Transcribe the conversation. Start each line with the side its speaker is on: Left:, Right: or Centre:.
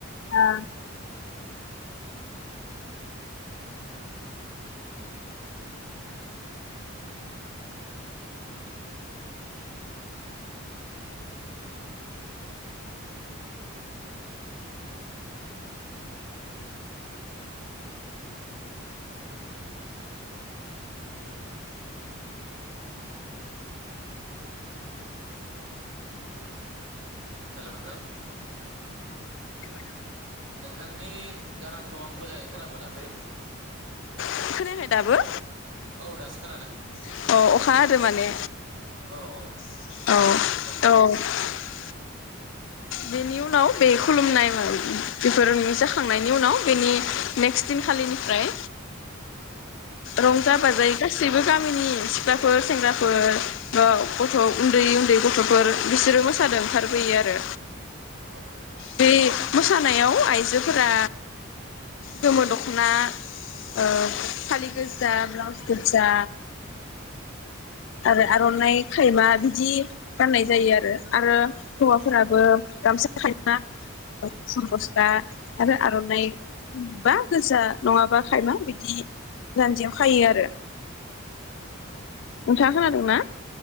Left: ओ
Right: हेलौ नोंथां?
Left: <unintelligible>
Right: नोंथांनि गारांखौ आं मोजाङै खोना मोनाखै
Left: खोनायाखै दाबो
Right: औ दासो खोनादों
Left: अ अखा हादो माने
Right: औ औ।
Left: औ
Right: बुंजागोन
Left: त' बेनि उनाव बे खुलुमनाय बेफोर जाखांनायनि उनाव बेनि नेक्स्ट दिनखालिनिफ्राय रंजा बाजायो गासिबो गामिनि सिख्लाफोर सेंग्राफोर ओ गथ' उन्दै उन्दै गथ'फोर बिसोरो मोसादों ओंखारबोयो आरो।
Right: औ नंगौ नंगौ।
Left: बे मोसानायाव आइजोफोरा गोमो दख'ना ओ फालि गोजा ब्लाउस गोजा आरो आर'नाइ खायमा बिदि गाननाय जायो आरो। आरो हौवाफोराबो गामसा खायमा फुर गस्ला आरो आर'नाइ बा गोजा नङाबा खायमा बिदि जान्जियाव खायो आरो।
Right: औ।
Left: नोंथाङा खोनादोंना?